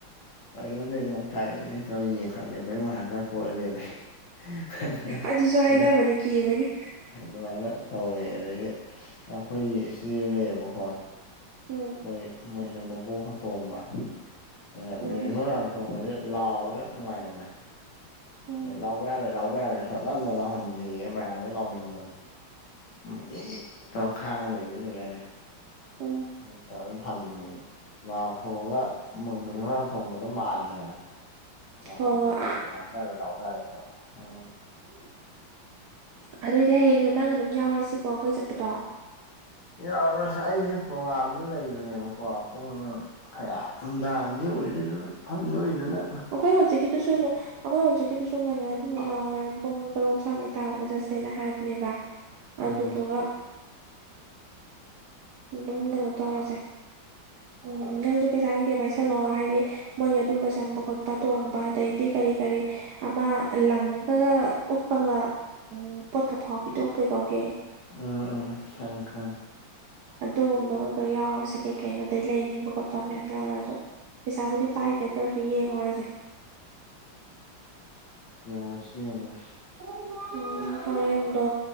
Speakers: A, on the left (about 65°); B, on the right (about 75°).
A: ꯀꯩꯅꯣꯅꯦ ꯅꯣꯡ ꯇꯥꯔꯛꯑꯦꯅꯦ ꯇꯧꯔ ꯌꯦꯡꯈꯠꯂꯦ ꯃꯌꯨꯡ ꯍꯥꯟꯗꯔꯛ ꯄ ꯑꯣꯏꯂꯩꯔꯝꯃꯦ ꯍꯦ ꯃꯌꯨꯡ
B: ꯑꯗꯨꯁꯨ ꯍꯥꯏꯅꯕꯅꯦ
A: ꯃꯌꯨꯡ
B: ꯀꯤꯕꯒꯤ
A: ꯑꯗꯨꯃꯥꯏꯅ ꯇꯧꯋꯦ ꯑꯗꯩꯗꯤ ꯑꯩꯈꯣꯏꯒꯤ ꯏꯆꯦ ꯑꯃ ꯂꯩꯌꯦꯕꯀꯣ
B: ꯎꯝ
A: ꯃꯣꯏ ꯃꯣꯏꯁꯦ ꯃꯕꯣꯛꯀ ꯇꯣꯡꯕ ꯑꯗꯥ
B: ꯎꯝ
A: ꯕꯦꯍꯨ ꯔꯥꯎꯟ ꯇꯣꯡꯕꯁꯦ ꯂꯥꯎꯔꯒ ꯅꯨꯡꯉꯥꯏꯗꯅ
B: ꯎꯝ
A: ꯂꯥꯎꯕ ꯌꯥꯔꯣꯏ ꯂꯥꯎꯕ ꯌꯥꯔꯣꯏ ꯊꯣꯠꯅꯝꯗꯅ ꯂꯥꯎꯍꯟꯗꯦꯌꯦ ꯃꯌꯥꯝꯗꯣ ꯂꯥꯎꯅꯤꯡꯗꯅ ꯎꯝ ꯏꯤꯛ ꯏꯤꯛ ꯇꯧꯔ ꯈꯥꯡꯉꯒ ꯂꯩꯕꯤ ꯑꯃ ꯂꯩꯗꯥꯏꯅꯦ
B: ꯎꯝ
A: ꯑꯗꯨꯝ ꯇꯧꯔꯥ ꯐꯝꯃꯦꯌꯦ ꯂꯥꯎꯊꯣꯛꯑꯒ ꯃꯣꯏ ꯃꯔꯤ ꯃꯉꯥ ꯇꯣꯡꯕꯒ ꯃꯥꯜꯂꯦꯅ <unintelligible>
B: ꯍꯣꯏ ꯍꯣꯏ ꯑꯗꯨꯏꯗꯤ ꯍꯥꯌꯦꯡꯗꯣ ꯅꯪ ꯑꯗꯨꯝ ꯌꯥꯎꯔꯁꯤꯀꯣ ꯑꯩꯈꯣꯏ ꯆꯠꯄꯗꯣ
A: ꯌꯥꯎꯔꯁꯦ ꯑꯩꯁꯦ ꯄ꯭ꯔꯣꯒꯥꯝꯗꯤ ꯂꯩꯕꯅꯦꯕꯀꯣ ꯄꯨꯡ ꯀꯌꯥ ꯅꯨꯡꯗꯥꯡꯅꯤ ꯑꯣꯏꯗꯣꯏꯅꯦ ꯑꯗꯨꯅ ꯈꯪꯗꯕꯩ ꯅꯪ
B: ꯑꯩꯈꯣꯏ ꯍꯧꯖꯤꯛꯀꯤꯗꯨꯁꯨ ꯅꯨ ꯑꯩꯈꯣꯏ ꯍꯧꯖꯤꯛꯀꯤꯗꯤꯁꯨꯨ ꯉꯟꯅꯗꯨ ꯅꯨꯡꯗꯥꯡꯋꯥꯏꯔꯝ ꯄꯨꯡ ꯇꯥꯔꯨꯛ ꯁ꯭ꯋꯥꯏꯃꯨꯛ ꯇꯥꯕꯗ ꯆꯠꯁꯦꯅ ꯍꯥꯏꯕꯅꯦꯕ ꯑꯗꯨꯗꯨꯒ
A: ꯎꯝ
B: ꯑꯗꯨꯝ ꯀꯩꯅꯣ ꯇꯧꯔꯁꯦ ꯎꯝ ꯅꯪꯁꯨ ꯄꯩꯁꯥ ꯀꯩꯀꯩ ꯄꯥꯏꯁꯜꯂꯛꯑꯣ ꯍꯥꯏꯗꯤ ꯃꯣꯏꯒꯤ ꯑꯗꯨꯝꯕ ꯆꯪꯕ ꯈꯣꯠꯄ ꯇꯣꯡꯕ ꯑꯗꯩꯗꯤ ꯀꯔꯤ ꯀꯔꯤ ꯑꯃ ꯂꯪꯉꯥꯒꯒ ꯎꯞꯄꯒ ꯎꯝ ꯄꯣꯠꯀ ꯐꯥꯎꯕꯤꯗꯣ ꯀꯩ ꯀꯧꯒꯦ
A: ꯎꯝ ꯎꯝ ꯈꯪꯉꯦ ꯈꯪꯉꯦ
B: ꯑꯗꯨꯒꯨꯝꯕꯒ ꯈꯔ ꯌꯥꯎꯔꯁꯤ ꯀꯩ ꯀꯩꯅꯣ ꯑꯗꯩ ꯂꯩꯅꯤꯡꯕ ꯈꯣꯠꯄ ꯃꯌꯥꯝ ꯌꯥꯎꯔꯛꯑꯁꯨ ꯄꯩꯁꯥꯕꯨꯗꯤ ꯄꯥꯏꯗꯦ ꯑꯗꯨ ꯑꯣꯏꯔꯁꯨ ꯌꯦꯡꯉꯨꯔꯁꯦ
A: ꯌꯦꯡꯉꯨꯔꯁꯤ ꯌꯦꯡꯉꯨꯔꯁꯤ
B: ꯎꯝ ꯍꯣꯔꯦꯟꯗꯣ